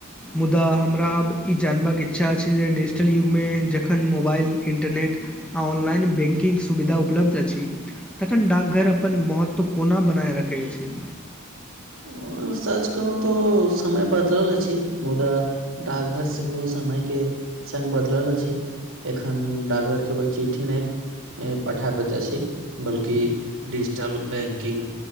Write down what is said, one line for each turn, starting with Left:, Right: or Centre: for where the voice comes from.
Centre: मुदा हमरा आब ई जानबाक इच्छा अछि जे डिजिटल युगमे जखन मोबाइल इन्टरनेट ऑनलाइन बैंकिंग सुविधा उपलब्ध अछि तखन डाकघर अपन महत्व कोना बनाए रखैत छथि
Right: ओ सच कहु तोऽ समय बदलल अछि मुदा डाकघर सेहो समयके सङ्ग बदलल अछि एखन डाग घर केवल चिठी नहि पठाबैत अछी बल्कि डिजिटल बैंकिंग